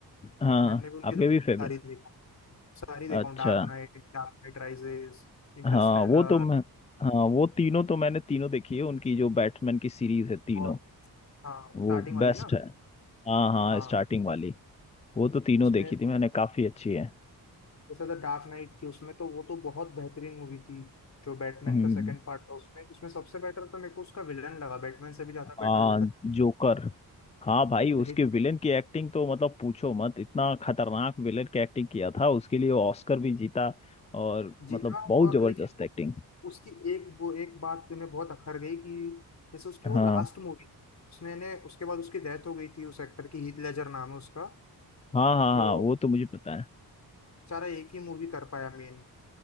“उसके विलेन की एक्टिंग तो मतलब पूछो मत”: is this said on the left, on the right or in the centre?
Left